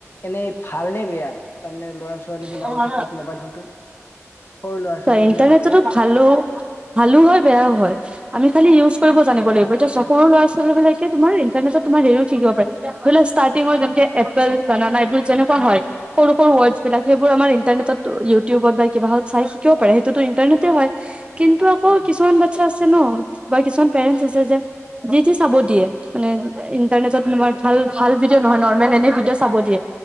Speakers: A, on the left; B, on the right.
A: এনেই ভাল নে বেয়া তাৰমানে ল'ৰা ছোৱালী বিলাকৰ
B: চোৱা
A: ক্ষেত্ৰত মোবাইল ফোনটো সৰু ল'ৰা ছোৱালী
B: ইটাৰনেটতো
A: বিলাকৰ ক্ষেত্ৰত
B: ভালো ভালো হয় বেয়াও হয় আমি খালি ইউজ কৰিব জানিব লাগিব এতিয়া চক সৰু ল'ৰা ছোৱালী বিলাকে তোমাৰ ইণ্টাৰনেটত তোমাৰ হেৰিও শিকিব পাৰে ধৰি লোৱা ইষ্টাৰ্টিঙত যেনেকে এপল বানানা এইবোৰ যেনেকোৱা হয় সৰু সৰু ৱৰ্ডচ বিলাক সেইবোৰ আমাৰ ইণ্টাৰনেটত ইউটিউবত বা কিবাহত চাই শিকিব পাৰে সেইটোতো ইন্টাৰনেটে হয় কিন্তু আকৌ
A: উম
B: কিছুমান বাচ্ছা আছে ন বা কিছুমান পেৰেন্টছ আছে যে যি তি চাব দিয়ে মানে ইন্টাৰনেটত তোমাৰ ভাল ভাল ভিডিঅ' নহয় নৰ্মেল এনে ভিডিঅ' চাব দিয়ে